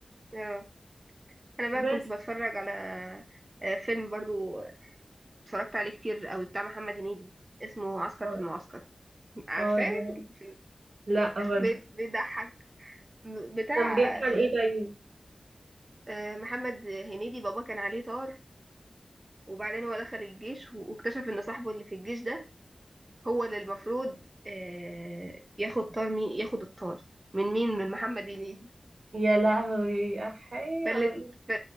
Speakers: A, on the right; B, on the right.
A: اه انا بقى
B: بس
A: كنت بتفرج على آه، فيلم برضو اتفرجت عليه كتير قوي بتاع محمد هنيدي اسمه عسكر
B: اه
A: في المعسكر عارفاه
B: اه ده
A: <laughs>
B: لا برضه
A: بي- بيضحك بتاع
B: كان بيحكي عن ايه طيب
A: آه، محمد هنيدي بابا كان عليه طار وبعدين هو دخل الجيش و- واكتشف ان صاحبه اللي في الجيش ده هو اللي المفروض آه، ياخد طار مين ياخد الطار من مين من محمد هنيدي
B: يا لهوي احي
A: فالت...
B: على ال...
A: ف...